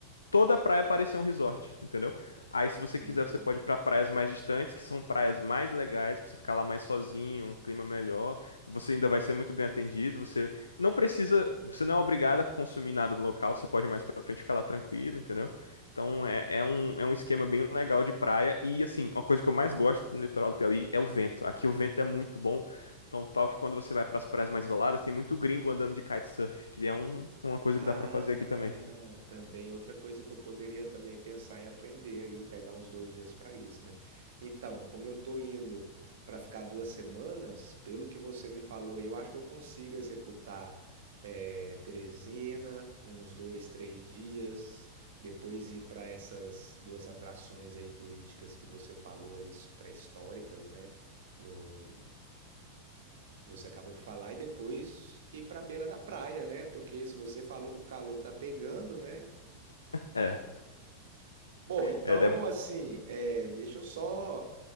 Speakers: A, on the left; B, on the right.
A: toda a praia parecia um resort, entendeu? Aí, se você
B: Hum.
A: quiser, você pode ir pra praias mais distantes, que são praias mais legais, pra você ficar lá mais sozinho, um clima melhor. Você ainda vai ser muito bem atendido. Você não precisa, você não é obrigado a consumir nada no local, você pode ir mais pra frente e ficar lá tranquilo, entendeu? Então, é, é um, é um esquema bem legal de praia. E, assim, uma coisa que eu mais gosto no litoral do Piauí é o vento. Aqui o vento é muito bom. Então, tal que quando você vai pras praias mais isoladas, tem muito gringo andando de kitesurf, que é um- uma coisa
B: Ah,
A: que dá pra fazer aqui também.
B: também outra coisa que eu poderia também pensar em aprender aí, pegar uns dois dias para isso, né? Então, como eu tô indo para ficar duas semanas, pelo que você me falou, aí, eu acho que eu consigo executar eh, Teresina, uns dois, três dias, depois ir para essas duas atrações aí turísticas que você falou aí, s- pré-históricas, né? No, que você acabou de falar, e depois ir para a beira da praia, né? Porque se você falou que o calor tá pegando, né?
A: É,
B: Bom, então,
A: é, é
B: assim, é, deixa eu só